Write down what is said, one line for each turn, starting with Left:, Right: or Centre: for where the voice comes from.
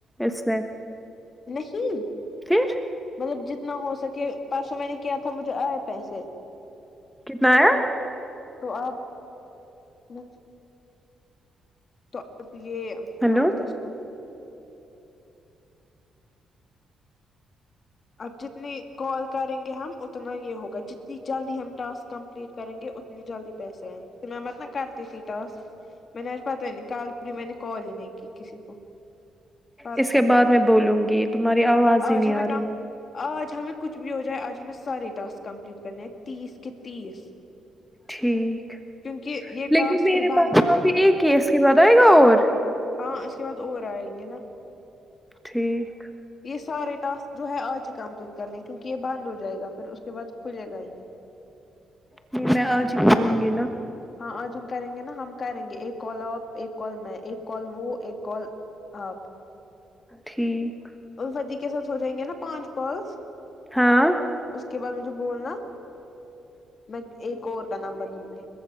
Centre: اس میں
Left: نہیں
Centre: پھر
Left: مطلب جتنا ہو سکے پرسوں میں نے کیا تھا مجھے آئے پیسے
Centre: کتنا آیا
Left: تو اب مجھ تو اب یہ
Centre: ہیلو
Left: کیا بولتے اس کو اب جتنی کال کریں گے ہم اتنا یہ ہوگا جتنی جلدی ہم ٹاسک کمپلیٹ کریں گے ات اتنی جلدی پیسے آئیں تو میں مت نہ کرتی تھی ٹاسک میں نے آج پتا ہی نہیں کل بھی میں نے کال ہی نہیں کی کسی کو پرسوں
Centre: اس کے
Left: بھی
Centre: بعد
Left: نہیں
Centre: میں بولوں گی تمہاری آواز
Left: آج
Centre: ہی نہیں
Left: ہمیں
Centre: آ
Left: کم
Centre: رہی ہے
Left: آج ہمیں کچھ بھی ہو جائے آج ہمیں سارے ٹاسک کمپلیٹ کرنے ہیں تیس کے تیس
Centre: ٹھیک
Left: کیونکہ یہ ٹاسک
Centre: لیکن میرے
Left: پھر بعد
Centre: پاس تو ابھی ایک کیس کی بعد آائے گا اور
Left: ہاں اس کے بعد اور آینگے نا
Centre: ٹھیک
Left: یہ سارے ٹاسک جو ہے آج ہی کمپلیٹ کرنے کیونکہ یہ بند ہو جائے گا پھر اس کے بعد کھلے گا ہی نہیں
Centre: پھر میں آج ہی کروں گی نا
Left: ہاں آج ہم کریں گے نا ہم کریں گے ایک کال آپ ایک کال میں ایک کال وہ ایک کال آپ
Centre: ٹھیک
Left: الفت دی کے ساتھ ہو جائیں گے نا پانچ کالس
Centre: ہاں
Left: اس کے بعد مجھے بولنا میں ایک اور کا نمبر دوں گی